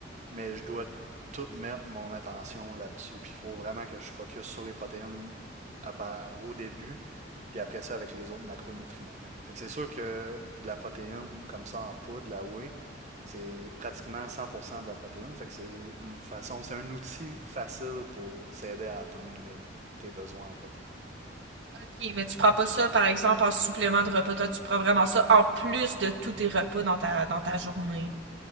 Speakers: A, on the right (about 40°); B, on the right (about 75°).
A: mais je dois tout mettre mon attention là-dessus. Puis il faut vraiment que je focus sur les protéines à part- au début, puis après ça avec les autres macronutriments. Fait que c'est sûr que de la protéine comme ça en poudre, la whey, c'est pratiquement 100% de la protéine. Fait que c'est une façon, c'est un outil facile pour s'aider à atteindre là, tes besoins en protéines.
B: Ok, mais tu prends pas ça, par exemple, en supplément de repas. Toi, tu prends vraiment ça en plus de tous tes repas dans ta, dans ta journée.